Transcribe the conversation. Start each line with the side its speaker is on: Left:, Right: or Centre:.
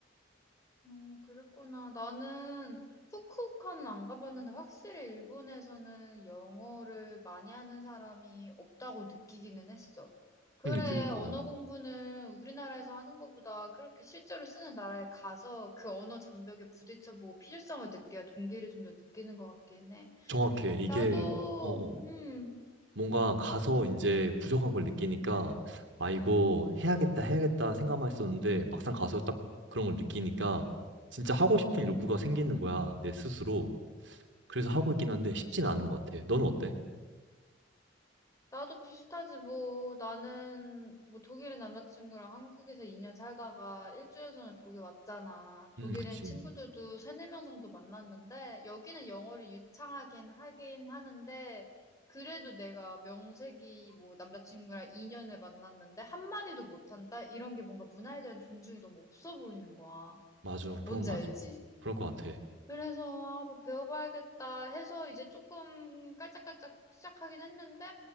Left: 음, 그랬구나. 나는 후쿠오카는 안 가봤는데 확실히 일본에서는 영어를 많이 하는 사람이 없다고 느끼기는 했어. 그래,
Right: 응, 그니까.
Left: 언어 공부는 우리나라에서 하는 것보다 그렇게 실제로 쓰는 나라에 가서 그 언어 장벽에 부딪혀보고 필요성을 느껴야 동기를 좀 더 느끼는 것 같긴 해.
Right: 정확해. 이게,
Left: 나도,
Right: 어, 어.
Left: 음,
Right: 뭔가 가서 이제 부족한 걸 느끼니까, 아, 이거 해야겠다, 해야겠다 생각만 했었는데, 막상 가서 딱 그런 걸 느끼니까, 진짜 하고 싶은 욕구가 생기는 거야, 내 스스로. 그래서 하고 있긴 한데, 쉽진 않은 것 같아. 너는 어때?
Left: 나도 비슷하지, 뭐. 나는, 뭐, 독일인 남자친구랑 한국에서 2년 살다가 일주일 전에 독일 왔잖아. 독일인
Right: 음, 그치.
Left: 친구들도 세네 명 정도 만났는데, 여기는 영어를 유창하긴 하긴 하는데, 그래도 내가 명색이 뭐, 남자친구랑 2년을 만났는데, 한마디도 못한다? 이런 게 뭔가 문화에 대한 존중이 너무 없어 보이는 거야.
Right: 맞아. 그건
Left: 뭔지
Right: 맞아.
Left: 알지?
Right: 그럴 것 같아.
Left: 그래서 아, 뭐 배워봐야겠다 해서 이제 조금 깔짝깔짝 시작하긴 했는데